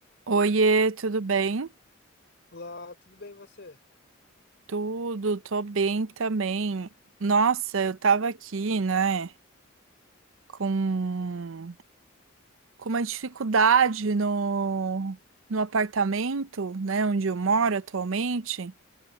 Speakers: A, on the right; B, on the left.
A: Oiê, tudo bem?
B: Olá, tudo bem você?
A: Tudo, tô bem também. Nossa, eu tava aqui, né, com, com uma dificuldade no, no apartamento, né, onde eu
B: Hum,
A: moro atualmente.